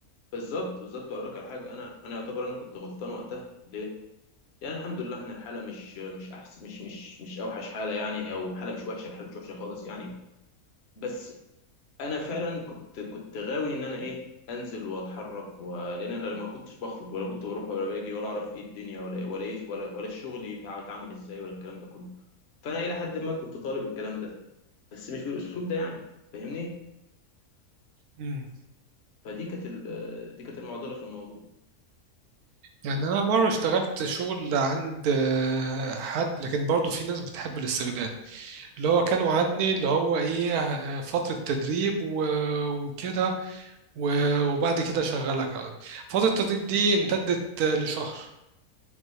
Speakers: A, on the left (about 50°); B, on the right (about 80°).
A: بالظبط بالظبط اقول لك على حاجه انا انا يعتبر انا كنت غلطان وقتها ليه يعني الحمد لله احنا الحاله مش مش احس مش مش مش اوحش حاله يعني او حاله مش وحشه الحاله مش وحشه خالص يعني بس انا فعلا كنت كنت غاوي ان انا ايه انزل واتحرك و... لان انا لما كنتش بخرج ولا كنت بروح ولا باجي ولا اعرف ايه الدنيا ولا ولا ايه ولا ولا الشغل يبقى بيتعمل ازاي ولا الكلام ده كله فانا الى حد ما كنت طالب الكلام ده بس مش بالاسلوب ده يعني فاهمني
B: مم.
A: فدي كانت ال... دي كانت المعضله في الموضوع
B: يعني أنا مرة اشتغلت شغل عند آه، حد لكن برضو في ناس بتحب الاستغلال اللي هو كانوا عني اللي هو إيه آه، فترة تدريب و- وكده و- وبعد كده شغلك فترة التدريب دي امتدت آه، لشهر